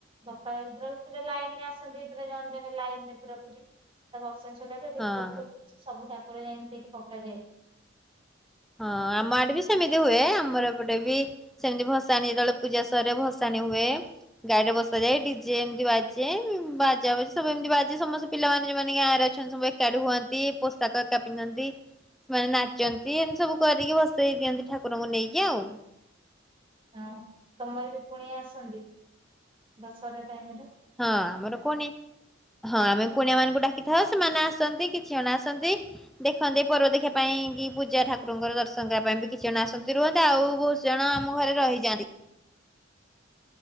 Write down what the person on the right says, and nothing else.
ହଁ ଇମିତିରେ ତ ଲାଇନରେ ଆସନ୍ତି। ଜ ଜେ ଲାଇନରେ ପୁରା ପୁରୀ ତ ବ ସେଠୁ ସରିଲାଠୁ ଏଠି
ଗୋଟେ ପୋଖରୀ ହେଉଛି ସବୁଯାକ ଠାକୁର ଯାଇକି ସେଇଠି ପକାଯାଏ।
ହଁ ତମର ବି କୁଣିଆଁ ଆସନ୍ତି ଦଶରା ଟାଇମରେ